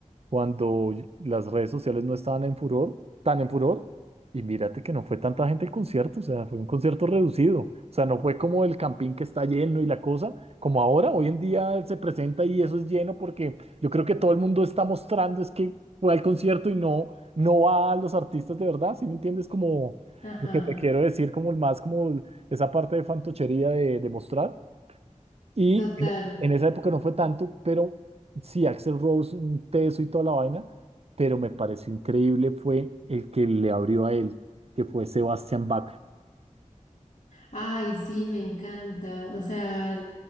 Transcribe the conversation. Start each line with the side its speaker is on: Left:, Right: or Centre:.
Right: cuando las redes sociales no estaban en furor, tan en furor, y mírate que no fue tanta gente el concierto, o sea, fue un concierto reducido, o sea, no fue como el campín que está lleno y la cosa, como ahora, hoy en día se presenta y eso es lleno porque yo creo que todo el mundo está mostrando es que fue al concierto y no, no va a los artistas de verdad, ¿sí me entiendes? Como
Left: ajá,
Right: lo que te quiero decir, como el más, como el- esa parte de fantochería de, de mostrar. Y
Left: total.
Right: en, en esa época no fue tanto, pero sí, Axel Rose, un teso y toda la vaina, pero me pareció increíble fue el que le abrió a él, que fue Sebastian Bach.
Left: Ay, sí, me encanta. O sea,